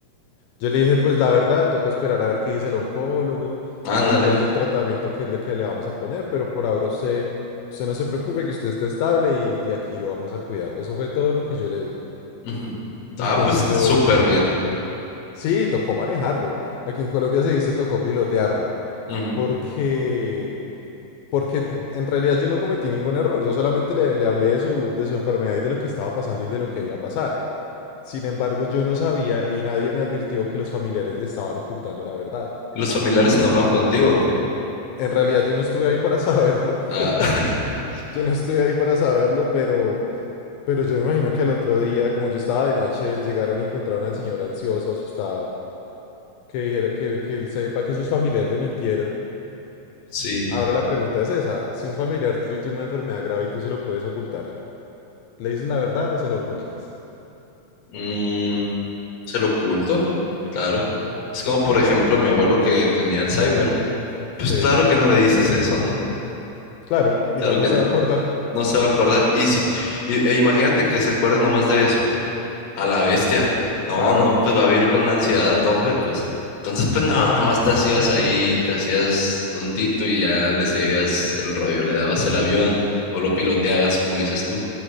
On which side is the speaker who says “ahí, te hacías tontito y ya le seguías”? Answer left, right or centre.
Left